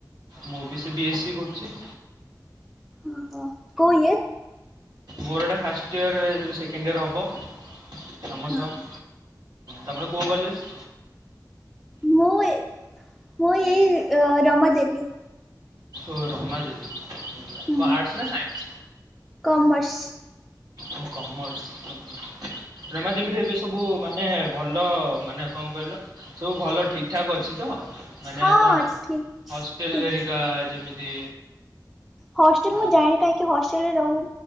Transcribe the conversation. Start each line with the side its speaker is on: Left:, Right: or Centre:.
Right: ମୁଁ ବି ସେ ବିଏସି କରୁଚି।
Centre: ଓ ହୋ କୋଉ ଇଏ?
Right: ମୋର ଏଇଟା ଫାଷ୍ଟଇୟର ସେକେଣ୍ଡଇୟର୍ ହେବ ତମ
Centre: ହଁ
Right: ସହ। ତମର କୋଉ କଲେଜ୍?
Centre: ମୁଁ ଏ ମୁଁ ଏଇ ରମାଦେବୀ
Right: ଓ ରମାଦେବି ଆର୍ଟସ
Centre: ହୁଁ
Right: ନା ସାଇନ୍ସ?
Centre: କମର୍ସ।
Right: ଓ କମର୍ସ ରମାଦେବୀରେ ଏବେ ସବୁ ମାନେ ଭଲ ମାନେ କଣ କହିଲ ସବୁ ଭଲ ଠିକ ଠାକ୍ ଅଛି ତ? ମାନେ
Centre: ହଁ
Right: କଣ
Centre: ହଁ
Right: ହବ
Centre: ଠିକ
Right: ହଷ୍ଟେଲେରିକା
Centre: ଠିକ
Right: ଯେମିତି
Centre: ହଷ୍ଟେଲ
Right: ହଁ,
Centre: ମୁଁ ଯାଣିଥାଇ କି ହଷ୍ଟେଲରେ ରହୁ